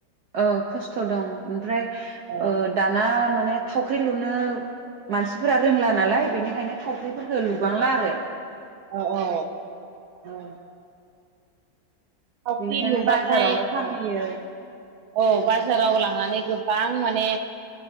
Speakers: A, on the right; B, on the right.
A: ओ खस्थ' दं ओमफ्राय
B: औ
A: ओ दाना माने थावख्रि लुनो मानसिफोरा रोंला नालाय बेनि खायनो थावख्रिफोरफोरखौ लुबांला आरो
B: अ अ
A: औ
B: थावख्रि
A: बेनिखायनो
B: लुबाथाय
A: बाजारावनो फानहैयो
B: औ औ बाजाराव लांनानै गो बां माने